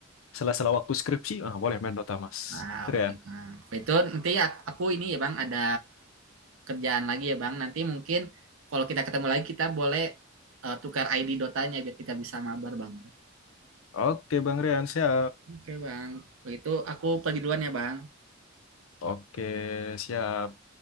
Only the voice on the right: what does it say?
Nah, oke
Bang. Itu nanti ak- aku ini ya Bang ada kerjaan lagi ya Bang. Nanti mungkin kalau kita ketemu lagi kita boleh eh, tukar ID Dotanya biar kita bisa mabar Bang.
Oke Bang. Kalau itu aku pergi duluan ya Bang.